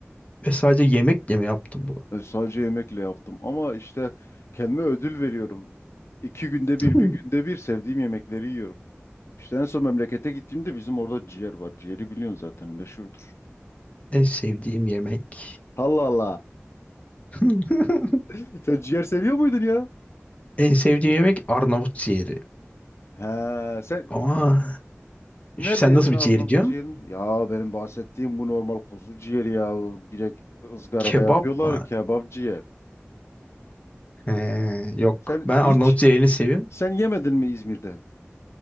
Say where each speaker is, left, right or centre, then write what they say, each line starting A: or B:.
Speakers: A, on the left (about 30°); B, on the left (about 70°).
A: Ve sadece yemekle mi yaptın bunu?
B: E, sadece yemekle yaptım ama işte kendime ödül veriyorum. İki günde bir
A: Hmm.
B: bir günde bir sevdiğim yemekleri yiyorum. İşte en son memlekete gittiğimde bizim orada ciğer var. Ciğeri biliyorsun zaten meşhurdur.
A: En sevdiğim yemek.
B: Allah Allah.
A: <laughs>
B: <laughs> Sen ciğer seviyor muydun ya?
A: En sevdiğim yemek Arnavut ciğeri.
B: He, sen
A: Ama
B: Nerede
A: işte sen
B: yedin
A: nasıl
B: Arnavut
A: bir ciğeri diyorsun?
B: ciğerini? Ya benim bahsettiğim bu normal kuzu ciğeri ya. Bu Direkt ızgarada
A: Kebap
B: yapıyorlar
A: mı?
B: kebap ciğer.
A: He, yok.
B: Sen
A: Ben
B: hiç
A: Arnavut ciğerini seviyorum.
B: sen yemedin mi İzmir'de?